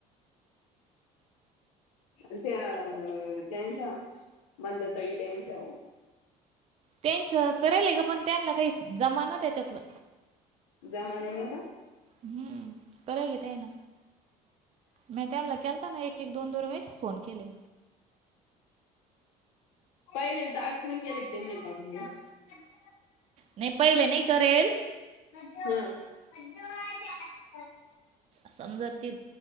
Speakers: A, on the left; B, on the right.
A: आणि त्या त्यांचा मंदा ताई त्यांचा हो.
B: त्यांचा करेल आहे ग पण त्यांना काही जमा ना त्याच्यातलं.
A: जमाने नी का?
B: हम्म, करायला त्यांना म त्यांला केलताना एक-एक, दोन-दोन वेळेस फोन केले.
A: पहिले टास्क नाय केले त्यांनी. <unintelligible>
B: नाही पहिले नाही करेल.
A: हां.
B: समजा ती